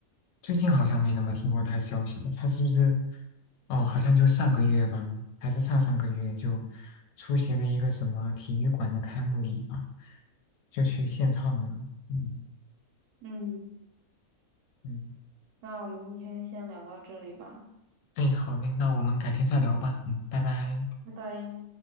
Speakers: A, on the left; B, on the right.
A: 最近好像没怎么听过他消息了，他是不是？哦，好像就上个月吧，还是上上个月就出席了一个什么体育馆的开幕礼吧，就去献唱了。嗯
B: 嗯，
A: 嗯，
B: 那我们今天先聊到这里吧，
A: 哎，好嘞，那我们改天再聊吧。嗯，拜拜。
B: 拜拜。